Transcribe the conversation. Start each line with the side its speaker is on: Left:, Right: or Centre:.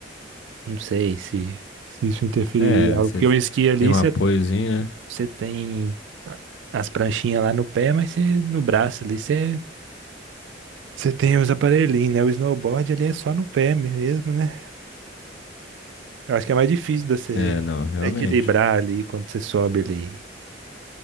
Right: Não sei se, se isso interferiria
Left: É,
Right: em algo.
Left: você
Right: Porque o esqui ali
Left: tem um
Right: você,
Left: apoiozinho,
Right: você tem a- as pranchinhas lá no pé, mas você, no braço ali você Você tem os aparelhinhos, né? O snowboard ali é só no pé mesmo, né? Eu acho que é mais difícil de você
Left: né? É, não, realmente.
Right: equilibrar ali quando você sobe ali